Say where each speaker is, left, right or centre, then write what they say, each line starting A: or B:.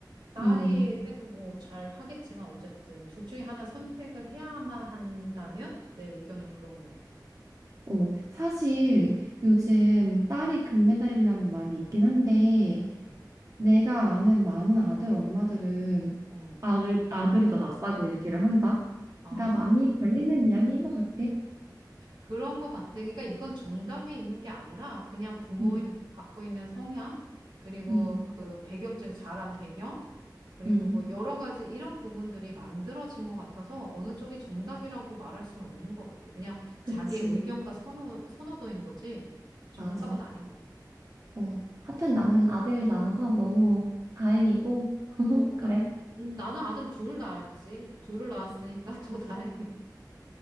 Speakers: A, on the right (about 85°); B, on the right (about 50°).
A: 딸이
B: 음,
A: 해도 뭐 잘 하겠지만 어쨌든 둘 중에 하나 선택을 해야만 한다면 내 의견은 그런 것 같아.
B: 어, 사실 요즘 딸이 금메달이라는 말이 있긴 한데,
A: 어.
B: 내가 아는 많은 아들 엄마들은
A: 어.
B: 아들, 아들이 더 낫다고 얘기를 한다.
A: 아,
B: 그러니까 많이 걸리는 이야기인 것 같아.
A: 그런 것 같아. 그러니까 이건 정답이 있는 게 아니라 그냥 부모의
B: 음,
A: 갖고 있는 성향, 그리고
B: 음,
A: 그 배경적인 자란 배경, 그리고
B: 음,
A: 뭐 여러 가지 이런 부분들이 만들어진 것 같아서 어느 쪽이 정답이라고 말할 수는 없는 것 같아. 그냥
B: 그치.
A: 자기의 의견과 선호, 선호도인 거지 정답은
B: 맞아.
A: 아닌 것 같아.
B: 어, 하여튼 나는 아들 낳아서 너무 다행이고, <laughs>
A: 어,
B: 그래.
A: 나, 음, 나는 아들 둘 낳았지. 둘을 낳았으니까 <laughs> 더 다행.